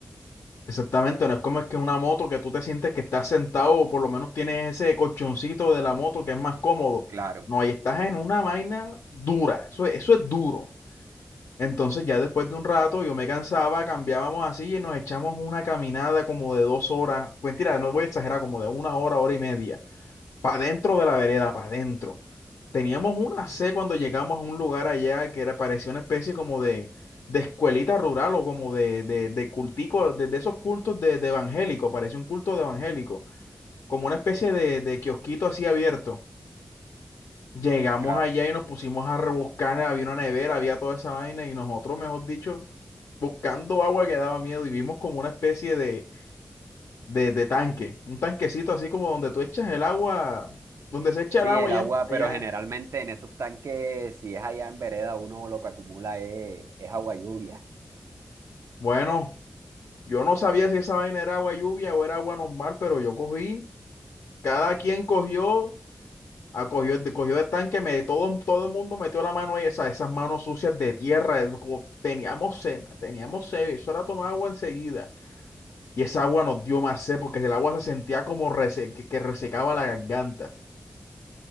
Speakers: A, on the left (about 80°); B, on the right (about 85°).
A: Exactamente, no es como es que una moto que tú te sientes que estás sentado o por lo menos tienes ese colchoncito de la moto que es más cómodo.
B: claro,
A: No, ahí estás en una vaina dura, eso, es- eso es duro. Entonces ya después de un rato yo me cansaba, cambiábamos así y nos echamos una caminada como de dos horas, mentira, no voy a exagerar, como de una hora, hora y media para dentro de la vereda, para adentro. Teníamos una C cuando llegamos a un lugar allá que era, parecía una especie como de, de escuelita rural o como de, de, de cultico, de, de esos cultos de, de evangélico, parecía un culto de evangélico, como una especie de, de kiosquito así abierto. Llegamos
B: claro.
A: allá y nos pusimos a rebuscar, había una nevera, había toda esa vaina y nosotros, mejor dicho, buscando agua que daba miedo y vimos como una especie de de, de tanque, un tanquecito así como donde tú echas el agua, donde se echa
B: Sí,
A: el agua
B: el
A: allá,
B: agua,
A: en- allá.
B: pero generalmente en esos tanques, si es allá en vereda, uno lo que acumula es, es agua lluvia.
A: Bueno, yo no sabía si esa vaina era agua lluvia o era agua normal, pero yo cogí, cada quien cogió, ah, cogió, el- cogió el tanque, me, todo, todo el mundo metió la mano ahí, esa- esas manos sucias de tierra, eso como- teníamos sed, ma, teníamos sed, eso era tomar agua enseguida. Y esa agua nos dio más sed porque el agua se sentía como rese- que que resecaba la garganta.